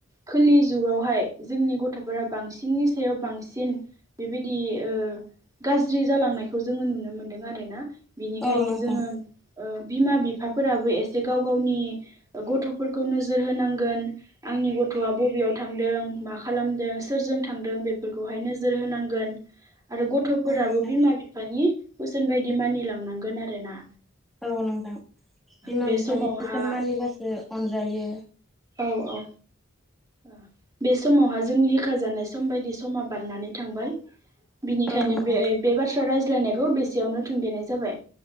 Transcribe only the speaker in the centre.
औ नोंथां
औ नोंथां
औ नोंथां बिमा
बिफानि
बोसोन मानिबासो अनजायो।
औ नोंथां